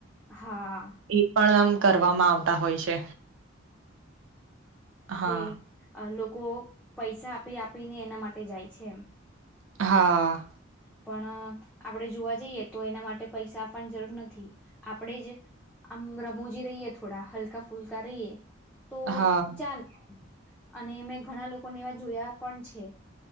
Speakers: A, in the centre; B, on the right.
A: હા
B: એ પણ આમ કરવામાં આવતા હોય છે હા,
A: હમમ કે લોકો પૈસા આપી આપીને એના માટે જાય છે એમ
B: હા
A: પણ આપણેે જોવા જઈએ તો એના માટે પૈસા આપવાની જરૂર નથી આપણેે જ આમ રમોજી રહીએ થોડા હલકા ફુલ્કા રહીએ તો
B: હા,
A: ચાલે અને મેં ઘણા લોકોને એવા જોયા પણ છે